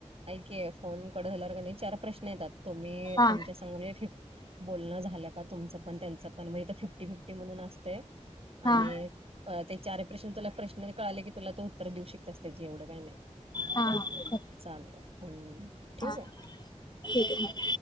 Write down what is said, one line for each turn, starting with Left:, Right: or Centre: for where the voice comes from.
Right: ऐक की, फोन कट झाल्यावर कणी चार प्रश्न येतात. तुम्ही
Left: हा
Right: तुमच्या संग म्हणजे फि बोलणं झालं का तुमचं पण, त्याचं पण फिफ्टी-फिफ्टी म्हणून असतय
Left: हा
Right: आणि ते चार प्रश्न तुला प्रश्न कळाले की तुला तो उत्तर देऊ शकतेस त्याचे, एवढं काय नाही.
Left: हा. कर
Right: चालतय, हम्म. ठेवू
Left: हा,
Right: काय?
Left: ठीक आहे मग.